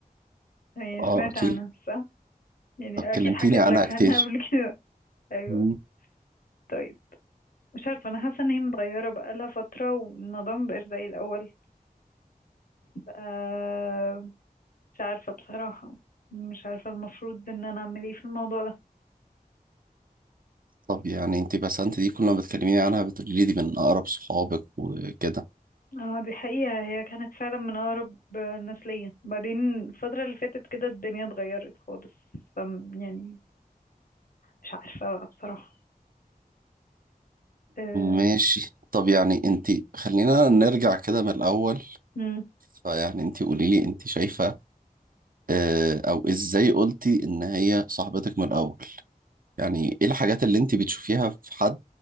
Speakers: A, on the left; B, on the right.
A: يعني
B: اه
A: سمعت
B: اكيد
A: عنها صح يعني
B: طب كلمتيني
A: اكيد حكيت
B: عنها
A: لك
B: كتير
A: عنها قبل كده ايوه
B: مم.
A: طيب مش عارفة أنا حاسة إن هي متغيرة بقالها فترة والموضوع مبقاش زي الأول آه مش عارفة بصراحة مش عارفة المفروض ان انا اعمل ايه في الموضوع ده
B: طب يعني انتي بسنت دي كل ما بتكلميني عنها بتقولي لي دي من اقرب صحابك وكده
A: اه دي حقيقة هي كانت فعلا من اقرب الناس ليا بعدين الفترة اللي فاتت كده الدنيا اتغيرت خالص ف يعني مش عارفة بقى بصراحة أه...
B: ماشي طب يعني انتي خلينا نرجع كده من الاول
A: مم.
B: فيعني انتي قولي لي انتي شايفة آه، او ازاي قلتي ان هي صاحبتك من الاول يعني ايه الحاجات اللي انتي بتشوفيها في حد